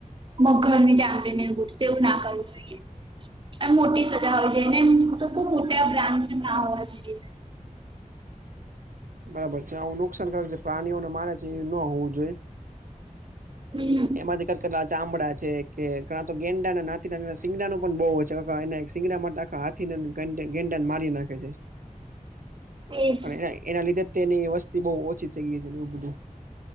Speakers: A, on the right (about 35°); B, on the right (about 80°).
A: મગ ઘર ની ચામડી નવું તેવું ના કરવું જોઈએ. અને મોટી સજા હોય છે, એને તો ખુબ મોટા બ્રાન્ડ ના હોવા જોઈ.
B: બરાબર છે, આવું નુકસાનકારક જે પ્રાણીઓને મારે છે, એ ન હોવું જોઈએ.
A: હમ.
B: એમાંથી કેટલા ચામડા છે કે, ઘણા તો ગેંડા ના ના સીંગડાનું પણ બઉુ સિંગડા. હાથી ગેંડા ને મારી નાખે છે.
A: એજ
B: અને એના લીધે તેની વસ્તી બહુ ઓછી એવું બધું